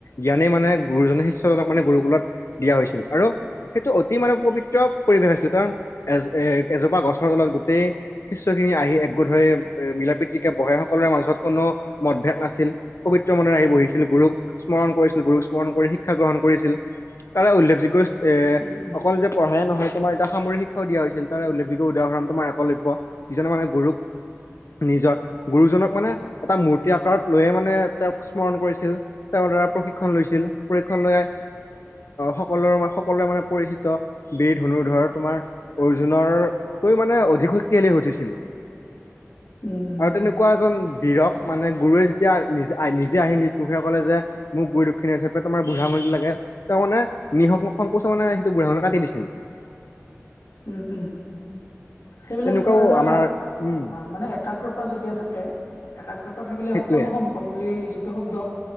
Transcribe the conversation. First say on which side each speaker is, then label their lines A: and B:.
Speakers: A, on the left; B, on the left.
A: জ্ঞানে মানে গুৰুজনে শিষ্যজনক মানে গুৰু কুলত দিয়া হৈছিল আৰু সেইটো অ অতি মানহ পবিত্ৰ পৰিৱেশ আছিল কাৰণ এ এ এজোপা গছৰ তলত গোটেই শিষ্যখিনি আহি ধৰি মিলা পীতিকে বহাই সকলৰে মাজত কোনো মদভেদ নাছিল পবিত্ৰ মনে আহি বহিছিল। গুৰুক স্মৰণ কৰিছিল গুৰুক স্মৰণ কৰি শিক্ষা গ্ৰহণ কৰিছিল তাৰে উল্লেখযোগ্য এ
B: উম উম
A: অকল যে পঢ়াই নহয়। তোমাৰ এটা সামৰিক শিক্ষাও দিয়া হৈছিল তাৰে উল্লেখযোগ্যদাহৰণ তোমাৰ একলব্য যিজনে মানে গুৰুক নিজৰ গুৰুজনক মানে এটা মূৰ্তি আকাৰত লৈয়ে মানে তেওঁক স্মৰণ কৰিছিল তেওঁ পৰা প্ৰশিক্ষণ লৈছিল প্ৰশিক্ষণ লৈাই সকলোৰে সকলোৱৰে মানে বীৰ ধনুৰধৰ তোমাৰ অৰ্জুনৰকৈ মানে অধিক শক্তিশালী হৈ উঠিছিল।
B: উম উম
A: আৰু তেনেকুৱা এজন বীৰক মানে গৰুৱে যেতিয়া নিজ নিজে আহি নিজ মুখে ক'লে যে মোক গুৰু দক্ষিণা হিচাপে তোমাৰ বুঢ়া আঙলীটো লাগে তেওঁ মানে নিহক সংকোচ মানে সেইটো বুঢ়া মে কাটি দিছিল
B: উম উম সেইবিলাক
A: তেনেকুৱাও
B: ধৰ এটা
A: আমাৰ উম
B: মানে একাগ্ৰতা যেতিয়া থাকে একাগ্ৰতা থাকিলে
A: সেইটোৱে
B: সকলো সম্ভৱ বুলি যিটো শব্দ